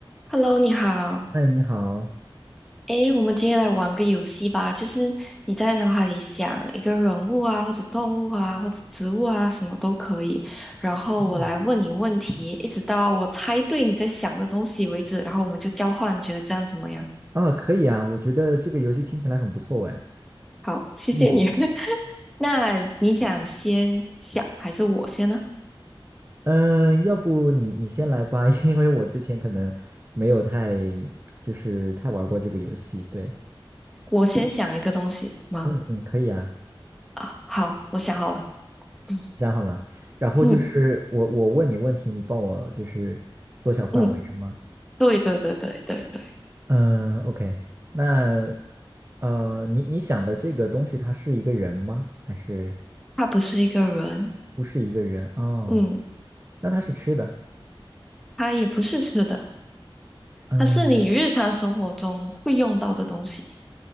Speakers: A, in the centre; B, on the right.
A: Hello，你好。
B: 哎，你好。
A: 诶，我们今天来玩个游戏吧，就是你在脑海里想一个人物啊，或者动物啊，或者植物啊，什么都可以。然后我来问你问题，
B: 嗯，
A: 一直到我猜对你在想的东西为止。然后我们就交换，你觉得这样怎么样？
B: 啊，可以啊，我觉得这个游戏听起来很不错哎。
A: 好，谢谢你。
B: 嗯
A: <laughs> 那你想先想还是我先呢？
B: 嗯，要不你你先来吧，<laughs> 因为我之前可能没有太就是太玩过这个游戏。对，
A: 我先想一个东西吗？
B: 嗯嗯，可以啊，
A: 啊，好，我想好了。嗯
B: 想好了。然后就是我我问你问题，
A: 嗯
B: 你帮我就是缩小范围是吗？
A: 嗯，对对对对对对，
B: 嗯，OK。那呃，你你想的这个东西，它是一个人吗？还是
A: 他不是一个人。
B: 不是一个人？哦，
A: 嗯。
B: 那它是吃的。
A: 它也不是吃的，
B: 嗯。
A: 它是你日常生活中会用到的东西，